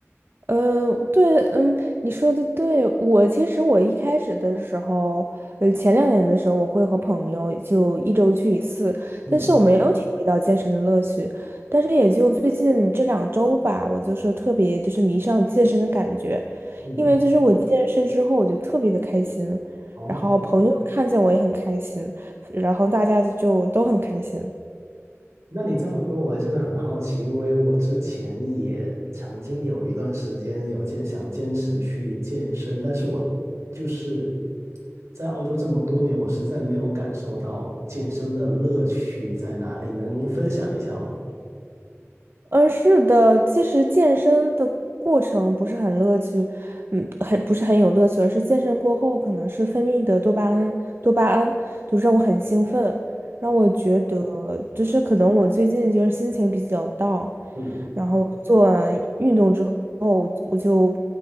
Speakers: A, on the right; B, on the right.
A: 呃，对，嗯，你说的对。我其实我一开始的时候，呃，前两年的时候，我会和朋友就一周去一次，
B: 嗯
A: 但是我没有体会到健身的乐趣。但是也就最近这两周吧，我就是特别就是迷上健身的感觉，
B: 嗯，
A: 因为就是我健身之后，我就特别的开心，
B: 哦
A: 然后朋友看见我也很开心，然后大家就都很开心。
B: 那你这么说，我还真的很好奇，因为我之前也曾经有一段时间有坚想坚持去健身，但是我就是在澳洲这么多年，我实在没有感受到健身的乐趣在哪里，能分享一下吗？
A: 嗯，是的，其实健身的过程不是很乐趣，嗯，很不是很有乐趣，而是健身过后可能是分泌的多巴胺，多巴胺就是让我很兴奋，让我觉得就是可能我最近就是心情比较 down，
B: 嗯
A: 然后做完运动之后，我就